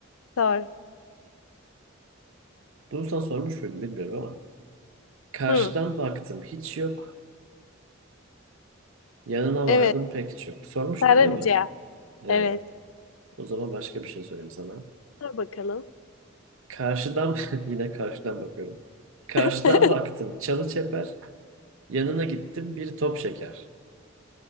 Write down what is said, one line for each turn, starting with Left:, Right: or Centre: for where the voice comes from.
Left: sor.
Right: Bunu sana sormuş muydum bilmiyorum ama. Karşıdan
Left: Hı.
Right: baktım hiç yok. Yanına
Left: Evet.
Right: vardım pek hiç yok. Sormuştum
Left: Karınca.
Right: değil mi? Evet.
Left: Evet.
Right: O zaman başka bir şey sorayım sana.
Left: Sor bakalım.
Right: Karşıdan <laughs> yine karşıdan bakıyorum. Karşıdan
Left: <laughs>
Right: baktım çalı çeper. Yanına gittim bir top şeker.